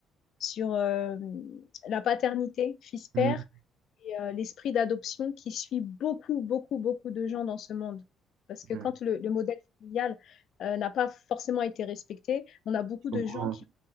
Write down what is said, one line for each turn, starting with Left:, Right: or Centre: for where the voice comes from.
Left: sur euh, la paternité fils-père
Right: Mhm.
Left: et euh, l'esprit d'adoption qui suit beaucoup, beaucoup, beaucoup de gens dans ce monde. Parce que
Right: Ouais,
Left: quand le, le modèle familial euh, n'a pas forcément été respecté, on a beaucoup
Right: je comprends.
Left: de gens qui ont